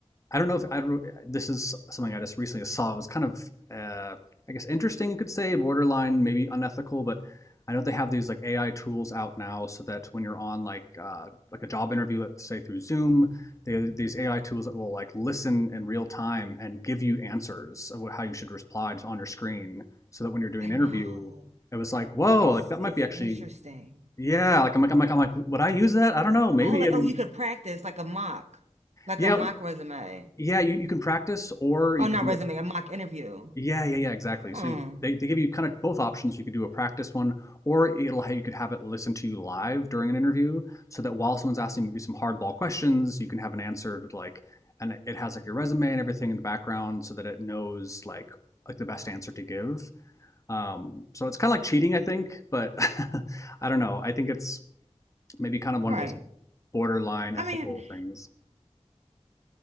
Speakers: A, on the left; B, on the right.
A: I don't know if I don't. This is something I just recently saw. It was kind of, uh, I guess, interesting. You could say borderline, maybe unethical, but I know they have these like AI tools out now, so that when you're on like uh, like a job interview, let's say through Zoom, they have these AI tools that will like listen in real time and give you answers of how you should reply just on your screen, so that when
B: <laughs>
A: you're doing
B: I
A: an
B: know.
A: interview, it was like, whoa,
B: It's
A: like that might
B: it's
A: be actually,
B: interesting.
A: yeah. Like I'm like I'm like I'm like, would I use that? I don't know. Maybe.
B: Oh, like,
A: I mean,
B: oh, you could practice like a mock, like
A: yeah,
B: a mock resume.
A: yeah. You, you can practice, or
B: Oh,
A: you
B: not
A: could do
B: resume,
A: it.
B: a mock interview.
A: Yeah, yeah, yeah, exactly.
B: Hmm.
A: So they, they give you kind of both options. You could do a practice one, or it'll have, you could have it listen to you live during an interview, so that while someone's asking maybe some hardball questions, you can have an answer to like, and it has like your resume and everything in the background, so that it knows like like the best answer to give. Um, so it's kind of like cheating, I think, but <laughs> I don't know. I think it's maybe kind of one
B: right.
A: of those borderline
B: I
A: ethical
B: mean,
A: things.